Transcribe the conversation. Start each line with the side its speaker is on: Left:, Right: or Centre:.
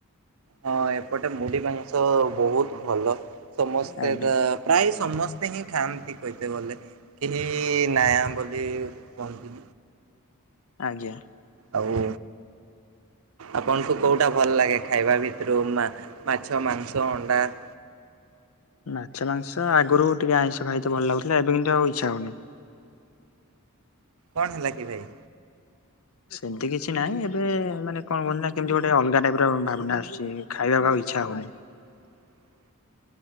Right: ହଁ ଏପଟେ ମୁଢି ମାଂସ ବହୁତ ଭଲ। ସମସ୍ତେ
Left: ଆଜ୍ଞା
Right: ତ ପ୍ରାୟ ସମସ୍ତ ହିଁ ଖାଆ ଠିକତ ଗଲେ କେହି ନାୟା ବୋଲି କହନ୍ତି।
Left: ଆଜ୍ଞା।
Right: ଆଉ। ଆପଣଙ୍କୁ କୋଉଟା ଭଲ ଲାଗେ ଖାଇବା ଭିତରୁ ମାଛ ମାଂସ ଅଣ୍ଡା। <inaudible>
Left: ମାଛ ମାଂସ ଆଗରୁ ଟିକେ ଆଇଁଷ ଖାଇତେ ଭଲ ଲାଗୁଥିଲା ଏବେ କିନ୍ତୁ ଆଉ ଇଚ୍ଛା ହଉନି।
Right: କଣ ହେଲା କି ଭାଇ?
Left: ସେମିତି କିଛି ନହିଁ ଏବେ ମାନେ କଣ କୁୁ ନା କେମିତି ଗୋଟେ ଅଲଗା ଟାଇପ୍ ର ଭାବନା ଆସୁଛି ଖାଇବାକୁ ଆଉ ଇଚ୍ଛା ହଉନି।
Right: <inaudible>